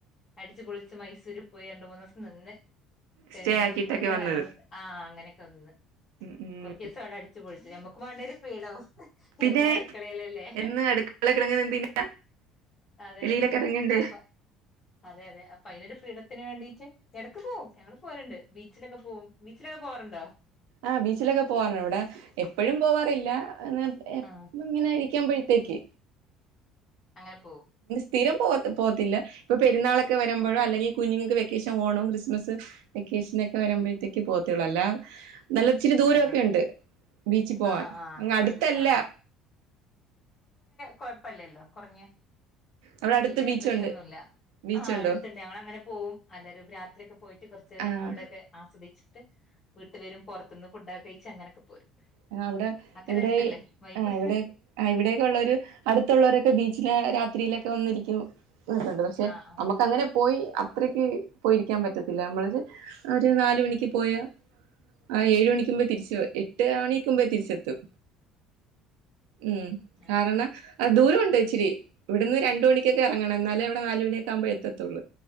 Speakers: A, on the left; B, on the right.
A: അടിച്ച്ു പൊളിിച്ചച്ച് മൈസൂരിൽ പോയി രണ്ട മൂന്ന്ു ദിവസം നിന്ന്
B: സ്റ്റേ
A: മൂന്ന്
B: ആക്കിയിട്ടൊക്കെ
A: ദിവസം നിന്ന്
B: വന്നത്
A: നല്ല ആ് അങ്ങനെയൊക്കെ ഒന്ന്
B: ഉം ഉം
A: കൊറ ദിവസം അവിടെ അടിച്ചു പോയിട്ട് മ്മക്ക് വണ്ടേരി ഫീടവും
B: പിന്നെ
A: എന്നാ അടുക്കളയിലല്ലേ
B: എന്ന് അടുക്കള കിടങ്ങുന്ന എന്തിന്
A: അതെ
B: വെളിയിലൊക്കെ
A: അതെ
B: ഇറങ്ങണ്ടേ
A: അപ്പൊ അതെ അതെ അപ്പൊ അൊ ഒരു ഫ്രീഡ ത്തിന് വേണ്ടീട്ട് ഇടക്ക് പോവും ഞങ്ങൾ പോരുണ്ട് ബീച്ചിലൊക്കെ പോകവും ബീച്ചിലൊക്കെ പോറുണ്ടോ
B: ആ് ബീച്ചിലൊക്കെ പോവാറാണ് ഇവിടെ എപ്പഴും പോവാറില്ല അങ്ങെ എ
A: ആ
B: ഇങ്ങനൊയിരിക്കൻ ത്തേക്ക്
A: അങ്ങനെ പോ
B: സ്ഥിരം പോ പോവത്തില്ല ഇപ്പൊ പെരുന്നാളൊക്കെ വരുമ്പോഴോ അല്ലെങ്കിൽ കുഞ്ഞുങ്ങൾക്ക് വെക്കേഷൻ ഓണവും ക്രിസ്മസ് വെക്കേഷനൊക്കെ വരുമ്പഴത്തേക്ക് പോവത്തേയുള്ളു അല്ലാ നല്ല ഇച്ചിരി ദൂരമൊക്കെയുണ്ട്
A: ആ
B: ബീച്ചിൽ പോവാൻ
A: ആ ആ
B: ങ്ങ്
A: അവിടുന്ന്
B: അടുത്തല്ല
A: ആ കൊഴ പ്പല്ലല്ലോ കുറഞ്ഞ
B: അവിടെ അടുത്ത്
A: പിന്നെ
B: ബീച്ചുണ്ട്
A: പ്രശ്നംന്നുല്ല
B: ബീച്ചുണ്ടോ
A: ആ അടുത്തണ്ട് ഞങ്ങളങ്ങനെ പോവും അല്ലരും രാത്രിയൊക്കെ പോയിട്ട് കുറച്ചു നേരം
B: ആഹ്
A: അവിടെയൊക്കെ ആസ്വദിച്ചിട്ട് വീട്ട് വരും റത്ത്ന്ന് ഫുഡ്‌ ഒക്കെ കഴിച്ചങ്ങനെ പോരും
B: ആ അവ്ടെ
A: അക്കെ
B: ഇവിടെ
A: രസല്ലേ
B: ഈ
A: വൈബ്
B: ആ ഇവിടെ ആ ഇവിടെ ഒക്കെ ഉള്ളോര് അടുത്തുള്ളൊരൊക്കെ ബീ ച്ചിലാ രാത്രിയിലൊക്കെ വന്നിരിക്കും നിന്നിട്ടുണ്ട് പക്ഷെ
A: ആഹ് ആഹ്
B: നമ്മക്ക് അങ്ങനെ പോയി ത്രിക്ക് പോയിരിക്കാൻ പറ്റത്തില്ല നമ്മളൊര് ഒര് നാലുമണിക്ക് പോയാ ആ ഏഴ് മണിക്ക് മുമ്പേ തിരിച്ച് വെ എ ട്ട് അണിക്ക് മുമ്പേ തിരിച്ചെത്തും ഉം
A: അത്
B: കാരണം
A: ശരി
B: അയ് ദൂരം ഉ ണ്ട് ഇച്ചിരി ഇവ്ട്ന്ന് രണ്ട് മണിക്കൊക്കെ എറങ്ങണം എന്നാലെ അവിടെ നാല് മണിയൊക്കെ ആവുമ്പഴേ എത്തത്തൊള്ളൂ